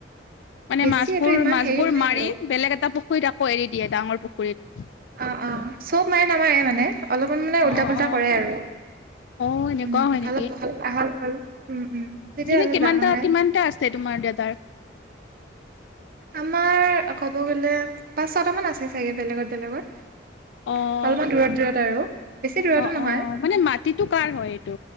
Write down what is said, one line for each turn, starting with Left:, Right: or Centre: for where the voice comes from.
Left: মানে
Right: বেছি
Left: মাছবোৰ
Right: এইটো ইমান
Left: মাছবোৰ
Right: হেৰি নাই
Left: মাৰি
Right: আৰু
Left: বেলেগ এটা পুখুৰীত আকৌ এৰি দিয়ে ডাঙৰ পুখুৰী পুখুৰিত
Right: অ অ চব মায়ে নামাৰে মানে অলপমান মানে
Left: অ',
Right: উল্টা
Left: অ',
Right: পুল্টা
Left: অ',
Right: কৰে আৰু
Left: অ এনেকুৱা
Right: উম,
Left: হয় নেকি
Right: অলপ হ'ল আহল বহল উম, উম, তেতিয়া
Left: এনে
Right: অলপ
Left: কিমানটা
Right: ডাঙৰ হয়।
Left: কিমানটা আছে তোমাৰ দেউতাৰ? <unintelligible>
Right: আমাৰ ক'ব গ'লে পাঁচ ছটামান আছে চাগে বেলেগত বেলেগত।
Left: অ',
Right: অলপমান দূৰত দূৰত আৰু। বেছি দূৰাৰতো
Left: অ
Right: নহয়।
Left: অ মানে মাটিটো কাৰ হয় এইটো